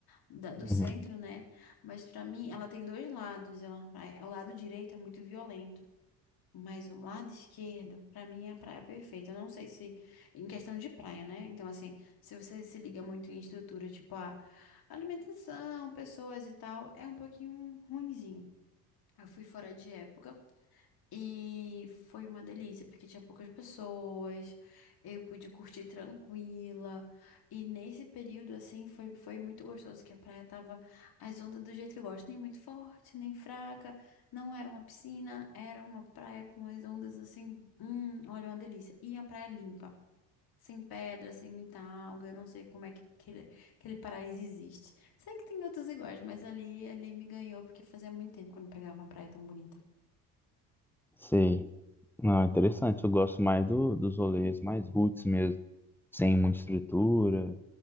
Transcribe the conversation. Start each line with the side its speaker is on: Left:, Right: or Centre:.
Left: da- do
Centre: uhum.
Left: centro, né? Mas pra mim, ela tem dois lados. Ela, é- o lado direito é muito violento. Mas o lado esquerdo, pra mim, é a praia perfeita. Eu não sei se, em questão de praia, né? Então, assim, se você se liga muito em estrutura, tipo, a alimentação, pessoas e tal, é um pouquinho ruinzinho. Eu fui fora de época. E foi uma delícia, porque tinha poucas pessoas, eu pude curtir tranquila. E nesse período, assim, foi, foi muito gostoso, que a praia tava as ondas do jeito que eu gosto, nem muito forte, nem fraca. Não era uma piscina, era uma praia com as ondas assim. Hum, olha, uma delícia. E a praia limpa. Sem pedra, sem muita alga, eu não sei como é que aquele, aquele paraíso existe. Sei que tem outros iguais, mas ali, ali me ganhou, porque fazia muito tempo que eu não pegava uma praia tão bonita.
Centre: Sei. Não, interessante. Eu gosto mais do, dos rolês mais roots mesmo, sem muita estrutura,